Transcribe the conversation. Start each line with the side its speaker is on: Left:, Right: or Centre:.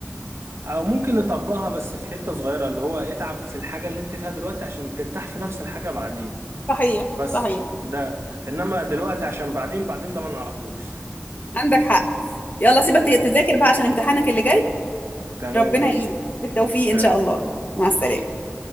Right: او ممكن نطبقها بس في حتة صغيرة اللي هو اتعب في الحاجة اللي انت فيها دلوقتي عشان ترتاح في نفس الحاجة بعدين
Left: صحيح
Right: بس
Left: صحيح
Right: ده انما دلوقتي عشان بعدين بعدين ده ما نعرفوش
Left: عندك حق
Right: <laughs>
Left: يلا سيبك
Right: امم
Left: تذاكر بقى عشان امتحانك اللي جاي
Right: تمام
Left: ربنا
Right: ماشي
Left: يعينك بالتوفيق
Right: سلام
Left: ان شاء الله مع السلامه